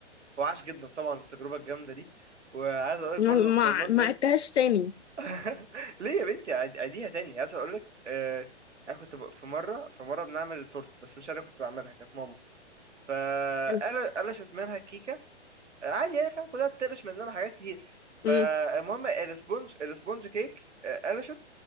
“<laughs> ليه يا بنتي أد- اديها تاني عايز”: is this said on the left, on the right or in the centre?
Right